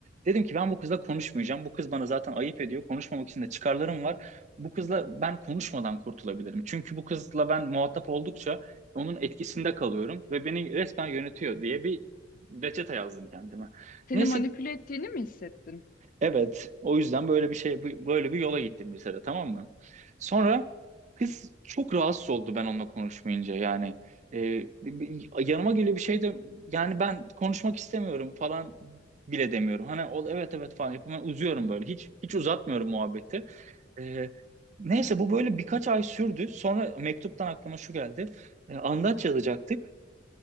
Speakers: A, on the right; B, on the left.
A: Dedim ki ben bu kızla konuşmayacağım. Bu kız bana zaten ayıp ediyor. Konuşmamak için de çıkarlarım var. Bu kızla ben konuşmadan kurtulabilirim. Çünkü bu kızla ben muhatap oldukça onun etkisinde kalıyorum ve beni resmen yönetiyor diye bir reçete yazdım kendime.
B: Seni
A: Neyse
B: manipüle ettiğini mi hissettin?
A: Evet, o yüzden böyle bir şey bu- böyle bir yola gittim lisede tamam mı? Sonra kız çok rahatsız oldu ben onunla konuşmayınca yani e, bir- yanıma geliyor bir şey de yani ben konuşmak istemiyorum falan bile demiyorum. Hani o evet evet falan yapıyorum Ben uzuyorum böyle hiç hiç uzatmıyorum muhabbeti. E, neyse bu böyle birkaç ay sürdü. Sonra mektuptan aklıma şu geldi. E, andaç yazacaktık.